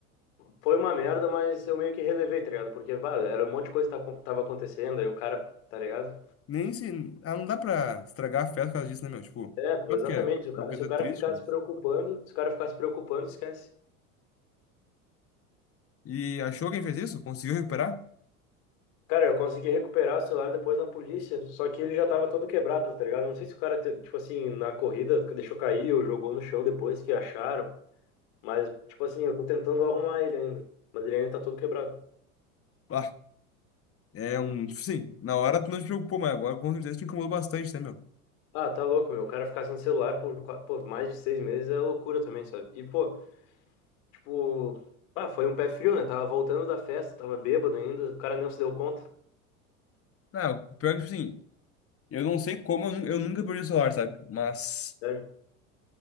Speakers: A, on the left; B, on the left.
A: foi uma merda, mas eu meio que relevei, tá ligado? Porque, vale, era um monte de coisa que tava tava acontecendo, aí o cara, tá ligado?
B: Nem se. Ah, não dá pra estragar a festa por causa disso, né, meu? Tipo,
A: É, pô,
B: óbvio
A: exatamente.
B: que é
A: Se o cara,
B: uma coisa
A: se o cara
B: triste,
A: ficar
B: mas.
A: se preocupando, se o cara ficar se preocupando, esquece.
B: E achou quem fez isso? Conseguiu recuperar?
A: Cara, eu consegui recuperar o celular depois na polícia, só que ele já tava todo quebrado, tá ligado? Não sei se o cara, te- tipo assim, na corrida deixou cair ou jogou no chão depois que acharam, mas, tipo assim, eu tô tentando arrumar ele ainda, mas ele ainda tá todo quebrado.
B: Ah, é um. Tipo assim, na hora tu não te preocupou, mas agora com certeza te incomodou bastante, né, meu?
A: Ah, tá louco, meu. O cara ficar sem celular por, qua- pô, mais de seis meses é loucura também, sabe? E, pô, tipo, ah, foi um pé frio, né? Tava voltando da festa, tava bêbado ainda, o cara nem se deu conta.
B: Não, pior que, tipo assim, eu não sei como eu, nu- eu nunca perdi o celular, sabe? Mas
A: Sério?